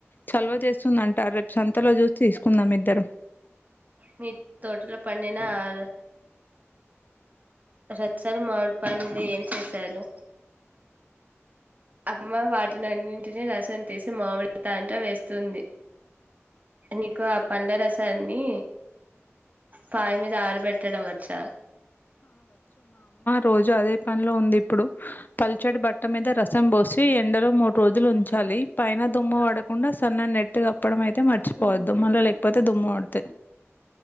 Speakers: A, on the left; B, on the right.
A: చొలవ చేస్తుంద అంటారు రేప్ సంతలో చూసి తీసుకుందాం ఇద్దరం
B: మి తోటలో పనినార్ <unintelligible> మామిడి పండు ఏం చేసారు అమ్మ వాటినన్నింటినీ రసం తీసి మామిడి తాండ్ర వేస్తుంది నీకు ఆ పండ్ల రసాన్ని పాయ మీద ఆరబెట్టడం వచ్చా
A: రోజూ అదే పనిలో ఉంది ఇప్పుడు పల్చడి బట్ట మీద రసం బోసి ఎండలో మూ రోజులు ఉంచాలి పైన దుమ్ము వడకుండా సన్న నెట్టు గప్పడం ఐ తే మర్చిపోవద్దు మళ్ళ లేకపోతే దుమ్ము వడితే